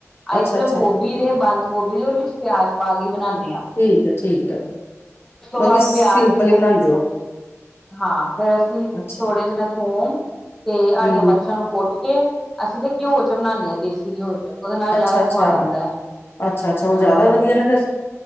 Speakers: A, in the centre; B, on the left (about 50°).
A: ਅਸੀਂ
B: ਅੱਛਾ
A: ਸਿਰਫ
B: ਅੱਛਾ
A: ਗੋਭੀ ਦੇ, ਬੰਦ ਗੋਭੀ ਦੇ ਉਹਦੇ ਵਿੱਚ ਪਿਆਜ ਪਾ ਕੇ ਬਣਾਦ ਹਾਂ।
B: ਠੀਕ ਹੈ- ਠੀਕ ਹੈ। ਬਾਕੀ
A: ਬਾਅਦ
B: ਸਿੰਪਲ
A: ਪਿਆਜ ਨੂੰ,
B: ਹੀ ਬਣਾਉਂਦੇ ਹੋ
A: ਹਾਂ ਫੇਰ ਅਸੀਂ-
B: ਅੱਛਾ
A: ਥੋੜੇ ਜਿ ਨਾ ਥੋਮ ਤੇ ਹਰੀਆਂ
B: ਹਮ
A: ਮਿਰਚਾਂ ਨੂੰ ਕੁੱਟ ਕੇ, ਅਸੀਂ ਤੇ ਘਿਓ ਚ ਬਣਾਦੇ ਹਾਂ। ਦੇਸੀ ਘਿਓ ਚ ਉਹਦੇ ਨਾਲ
B: ਅੱਛਾ
A: ਜ਼ਿਆਦਾ
B: ਅੱਛਾ
A: ਸਵਾਦ ਆਦਾਂ। ਹੂ
B: ਅੱਛਾ ਅੱਛਾ ਉਹ ਜ਼ਿਆਦਾ ਵਧੀਆ ਨਾ ਫਿਰ